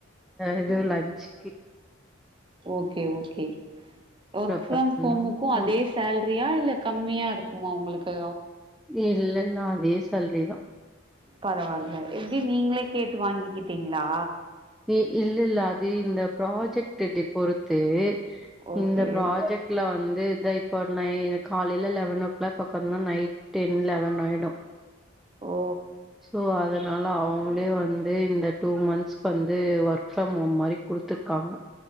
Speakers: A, in the centre; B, on the right.
A: எது லன்ச்சுக்கி
B: okay okay work
A: prepare
B: from
A: பண்ணனு
B: ஹோமுக்கு அதே சேல்ரியா இல்ல கம்மியாருக்குமா உங்களுக்கு
A: இல்ல நா அதே சேல்ரிதா
B: பரவால்ல எப்டி நீங்ளே கேட்டு வாங்கிக்கிட்டீங்ளா
A: இ இல்லெல்ல அது இந்த ப்ராஜெக்ட் டி டி பொறுத்து
B: ஓகே
A: இந்த ப்ராஜெக்ட் ல வந்து இத இப்போ நை காலைல லெவன் ஓ க்ளாக் ஒக்காந்தா நைட் டென் லெவன் னாய்டு
B: ஓ
A: ஸோ அதனால அவங்ளே வந்து இந்த டூ மன்த்ஸ் வந்து ஒர்க் ஃப்ரம் ஹோம் மாரி குடுத்துருக்காங்க